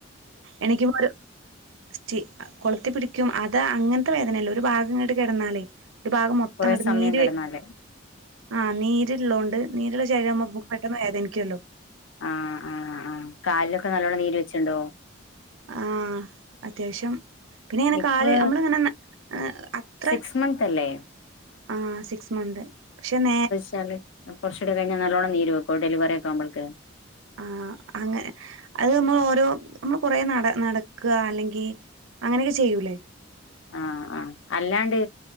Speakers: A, on the right; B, on the left.
A: എണീക്കുമ്പോ ഒരു സ്റ്റി കൊളുത്തി പിടിക്കും അത് അങ്ങനത്തെ വേദനയല്ലേ ഒരു ഭാഗംങ്ങട് കിടന്നാലേ ഒരു ഭാഗം മൊത്തംങ്ങട്ട്
B: കൊറേ സമയം
A: നീര്
B: കിടന്നാല്
A: ആഹ് നീര്ള്ളോണ്ട് നരൂള്ള ശരീരവുമ്പം മ്മക്ക് പെട്ടെന്ന് വേദനിക്കുല്ലോ?
B: ആഹ് ആഹ് ആഹ് കാലിലൊക്കെ നല്ലോണം നീര് വെച്ചിണ്ടോ?
A: ആഹ് അത്യാവശ്യം. പിന്നെ ഇങ്ങനെ
B: ഇപ്പൊ
A: കാല് നമ്മള ഇങ്ങനെ അത്ര
B: സിക്സ് മന്ത് അല്ലേ
A: ആഹ് സിക്സ് മന്ത് പക്ഷെ നേ
B: ചാല് കുറച്ചൂടെ കഴിഞ്ഞാൽ നല്ലോണം നീര് വെക്കോ ഡെിവറി ഒക്കെ ആവുമ്പൾക്ക്‌
A: ആഹ് അങ്ങനെ അത് നമ്മൾ ഓരോ നമ്മൾ കൊറേ നട നടക്കുക അല്ലെങ്കി അങ്ങനെയൊക്കെ ചെയ്യൂല്ലേ
B: ആഹ് ആഹ് അല്ലാണ്ട്